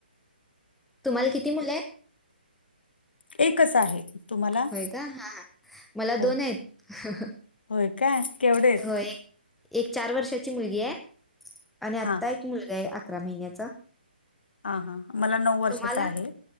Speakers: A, in the centre; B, on the left (about 70°).
A: <inaudible> तुम्हाला किती? मुलं आहे
B: एक आहे. तुम्हाला
A: होय का हा मला
B: हो
A: दोन आहेत.
B: होय का केवढे आहेत?
A: हो, एक एक चार वर्षाची मुलगी आहे आणि आत्ता
B: हा
A: एक मुलगा आहे अकरा महिन्याचा.
B: हा हा मला नऊ वर्षाचा
A: तुम्हाला?
B: आहे